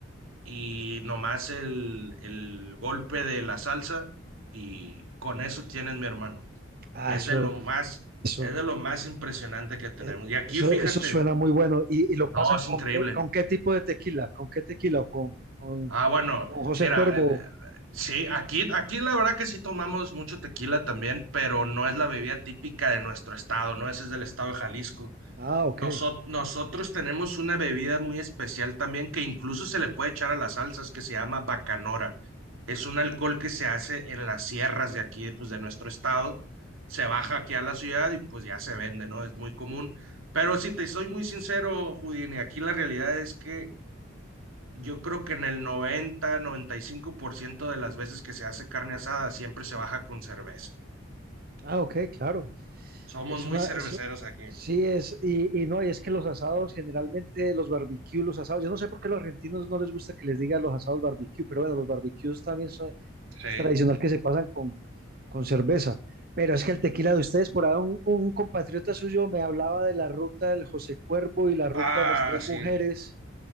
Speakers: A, on the right (about 80°); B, on the right (about 45°).
A: y nomás el, el golpe de la salsa y con eso tienes, mi hermano.
B: Ah,
A: Es
B: eso,
A: de lo más,
B: eso,
A: es de lo más impresionante que tenemos.
B: eh,
A: Y aquí,
B: eso,
A: fíjate,
B: eso suena muy bueno. ¿Y, y lo pasan
A: no, es
B: con
A: increíble.
B: qué, con qué tipo de tequila? ¿Con qué tequila? ¿O con, con,
A: Ah, bueno,
B: con José
A: mira,
B: Cuervo?
A: el- sí, aquí, aquí la verdad que sí tomamos mucho tequila también, pero no es la bebida típica de nuestro estado, ¿no? Ese es del estado de Jalisco.
B: Ah, ok.
A: Noso- nosotros tenemos una bebida muy especial también que incluso se le puede echar a las salsas que se llama bacanora. Es un alcohol que se hace en las sierras de aquí, pues de nuestro estado. Se baja aquí a la ciudad y pues ya se vende, ¿no? Es muy común. Pero si te soy muy sincero, Houdini, aquí la realidad es que yo creo que en el noventa noventa y cinco por ciento de las veces que se hace carne asada siempre se baja con cerveza.
B: Ah, ok, claro.
A: Somos
B: Es
A: muy
B: una,
A: cerveceros
B: es-
A: aquí.
B: sí, es, y, y no, y es que los asados generalmente, los barbecues, los asados, yo no sé por qué los argentinos no les gusta que les digan los asados barbecue, pero bueno, los barbecues también son,
A: Sí.
B: es tradicional que se pasan con, con cerveza. Pero es que el tequila de ustedes, por ahí un, un compatriota suyo me hablaba de la ruta del José Cuervo y la ruta
A: Ah,
B: de las tres
A: sí.
B: mujeres.